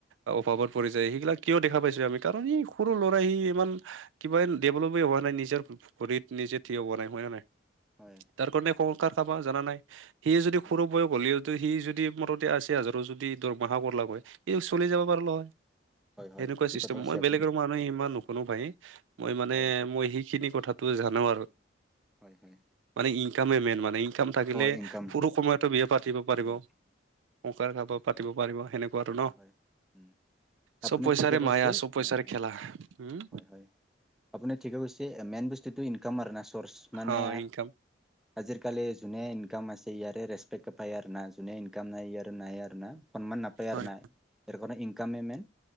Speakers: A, on the right; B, in the centre.
A: অভাৱত পৰি যায়, সেইবিলাক কিয় দেখা পাইছো আমি, কাৰণ ই সৰু ল'ৰাই সি ইমান কিবা ডেভলপ এ হোৱা নাই, নিজৰ ভৰিত নিজে থিয় হোৱা নাই হয় নে নাই।
B: হয়।
A: তাৰ কাৰণে সংসাৰ চাবা জানা নাই। সি যদি
B: হয়।
A: সৰু বয়স হ'লেও টো সি যদি মুঠতে আচি হাজাৰো যদি দৰমহা <unintelligible> হয় ইও চলি যাব পাৰলো হয়,
B: হয় হয়,
A: সেনেকুৱা
B: ঠিক
A: চিষ্টেম
B: কথা কৈছে
A: মই
B: আপুনি।
A: বেলেগৰ মানুহে ইমান নুশুনো ভাই। মই মানে
B: হয়
A: মই সেইখিনি কথাটোৱে জানো আৰু।
B: হয়- হয়।
A: মানে ইনকামে মেইন মানে ইনকাম থাকিলে,
B: অ', ইনকাম।
A: সৰু সময়তো বিয়া পাতিব পাৰিব।
B: উম,
A: <unintelligible>
B: হয়
A: পাতিব পাৰিব সেনেকুৱা ন
B: হয়- হয়, উম।
A: চব
B: আপুনি
A: পইচাৰে
B: ঠিকে কৈছে,
A: মায়া চব পইচাৰে
B: উম, উম,
A: খেলা উম
B: হয়- হয়। আপুনি ঠিকে কৈছে, মেইন বস্তুটো ইনকাম আৰু না চৰ্চ মানে
A: অ ইনকাম
B: আজিৰ কালি যোনে ইনকাম আছে ইয়াৰে ৰেচপেকট পায় আৰু না যোনে ইনকাম নাই ইয়াৰ নাই আৰু না। অকনমান নাপায়
A: হয়
B: আৰু না তেৰ কাৰণে ইনকামে মেইন,